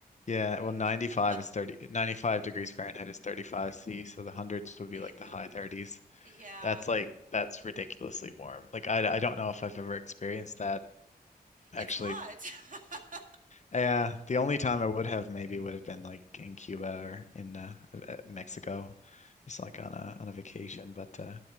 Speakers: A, on the left; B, on the right.
A: Yeah,
B: I think.
A: well, 95
B: <laughs>
A: is 30, 95 degrees Fahrenheit is 35 C, so the hundreds would be
B: Yeah.
A: like the high 30s.
B: Yeah.
A: That's like, that's ridiculously warm. Like, I, I don't know if I've ever experienced that actually.
B: It's hot. <laughs>
A: Yeah, the only time I would have maybe would have been like in Cuba or in uh, uh, Mexico, just like on a on a vacation. But uh,